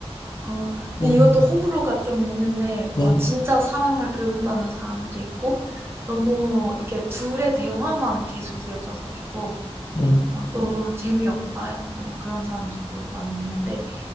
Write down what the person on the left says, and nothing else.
음,
네,
네.